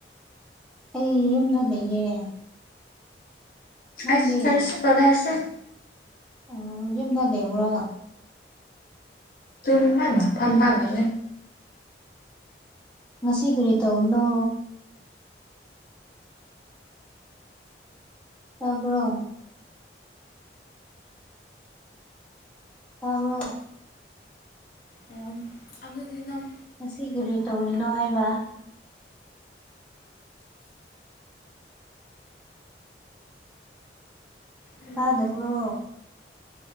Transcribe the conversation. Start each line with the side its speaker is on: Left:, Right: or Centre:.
Centre: ꯑꯩ ꯌꯨꯝꯗ ꯂꯩꯌꯦ ꯅꯪꯗꯤ
Left: ꯑ ꯑꯁ ꯐꯔꯁ ꯄꯗꯁꯣ
Centre: ꯑꯣ ꯌꯦꯗ ꯗꯦꯕ꯭ꯔ
Left: ꯇꯨꯝꯃꯅꯥꯝ ꯐꯕꯉꯥꯏꯌꯦ
Centre: ꯉꯁꯤ ꯀꯔꯤ ꯇꯧꯕꯅꯣ ꯇꯥꯕ꯭ꯔꯣ ꯇꯥꯕꯣ
Left: ꯑꯣ ꯑꯗꯨ ꯅꯝ
Centre: ꯉꯁꯤ ꯀꯔꯤ ꯇꯧꯔꯤꯅꯣ ꯍꯥꯏꯕ
Left: ꯎꯝ
Centre: ꯇꯥꯗꯕ꯭ꯔꯣ